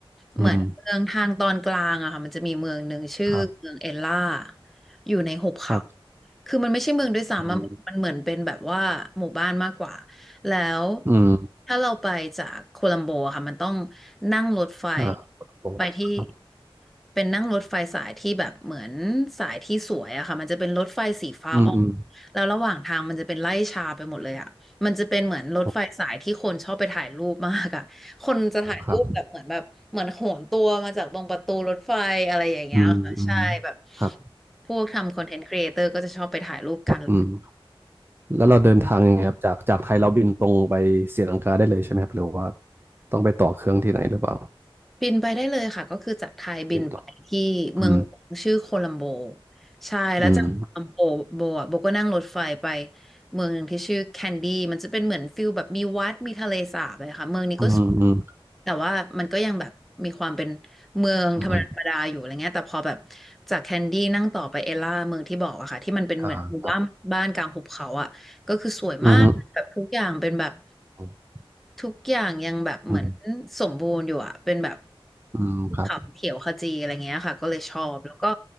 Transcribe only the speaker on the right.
อืมครับ
ครับ
อืม
อืม
อ่าโอ้ครับ
อืมอืม
โอ้ครับอืมอืมครับ
อืมแล้วเราเดินทางยังไงครับจากจากไทยเราบินตรงไปศรีลังกาได้เลยใช่ไหมครับหรือว่าต้องไปต่อเครื่องที่ไหนหรือเปล่า
บินต่ออืม
อืม
อืมอืม
อืม
อ่าครับ
อือฮึอื
ม
อืมครับ